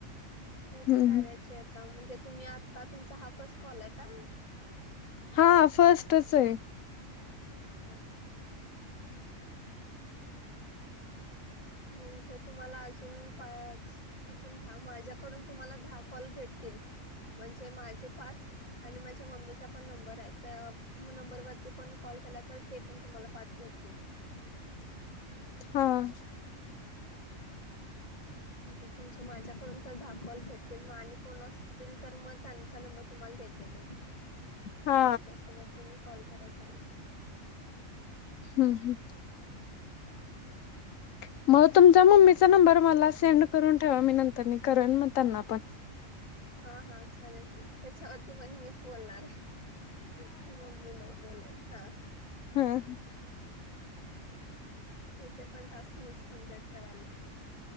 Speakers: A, on the left; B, on the left.
A: हेच
B: हम्म
A: करायचे
B: हम्म
A: आता म्हणजे तुम्ही आता तुमचा हापस कॉल आहे का?
B: हा फर्स्टच आहे.
A: अच्छा. म्हणजे तुम्हाला अजून पाच अजून दहा माझ्याकडून तुम्हाला दहा कॉल भेट तील. म्हणजे माझे पाच आणि माझ्या म्मीचा पण नंबर आहे नंबरती पण कॉल ते पण तुम्हाला पाच भटतील.
B: <inaudible> हां. <inaudible>
A: म्हणजे तुम माझ्याकडून तर दहा कॉल भेटतील आणि कोण असतील तर मग त्यांचा नंबर तुम्हाला देते मग.
B: हा
A: त्यासोबत तुम्ही कॉल करा चालेल.
B: हम्म हम्म. ह <inaudible> मग तुमचा मम्मीचा नंबर मला सेंड करून ठेवा मी नंतर करन मग त्यांना पण.
A: हा हा चालेल की, त्याच्यावरती पण मीच बोलणारे. मम्मी नाही बोलन हा.
B: हम.
A: त्याचे पण टास्क मीच कमप्लीट कराले.